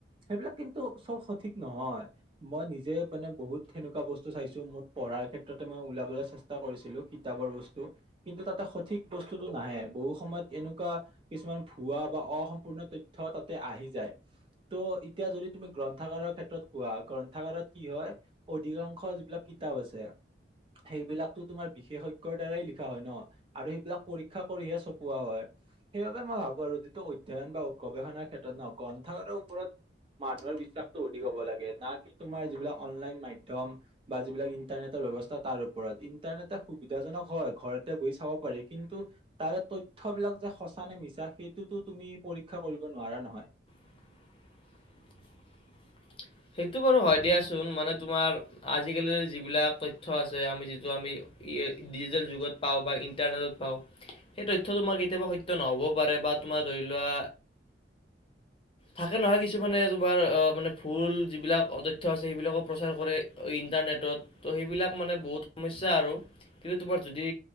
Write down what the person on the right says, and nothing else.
সেইবিলাক কিন্তু চব সঠিক নহয়, মই নিজে মানে বহুত সেনেকুৱা বস্তু চাইছো মোৰ পঢ়া তাৰ ক্ষেত্ৰতে মই ওলাবলৈ চেষ্টা কৰিছিলো কিতাপৰ বস্তু কিন্তু তাতে সঠিক বস্তুটো নাহে বহু সময়ত এনেকুৱা কিছুমান ভুৱা বা অসম্পূৰ্ণ তথ্য তাতে আহি যায় ত' এতিয়া যদি তুমি গ্ৰন্থাগাৰৰ ক্ষেত্ৰত কোৱা, গ্ৰন্থাগাৰত কি হয় অধিকাংশ যিবিলাক কিতাপ আছে, সেইবিলাকতো তোমাৰ বিশেষ দ্বাৰাই লিখা হয় ন, আৰু সেইবিলাক পৰীক্ষা কৰিহে চপোৱা হয়। সেইবাবে মই ভাবো আৰু যিটো অধ্যয়ন বা গৱেষণাৰ ক্ষেত্ৰত ন গ্ৰন্থাগাৰৰ ওপৰত মানুহৰ বিশ্বাসতটো অধিক হ'ব লাগে না কি তোমাৰ যিবিলাক অনলাইন মাধ্যম বা যিবিলাক ইন্টাৰনেটৰ ব্যৱস্থা তাৰ ওপৰত ইণ্টাৰনেটে খুব সুবিধাজনক হয়, ঘৰতে বহি চাব পাৰি কিন্তু তাৰে তথ্যবিলাক যে সঁচা নে মিছা সেইটোতো তুমি পৰীক্ষা কৰিব নোৱাৰা নহয়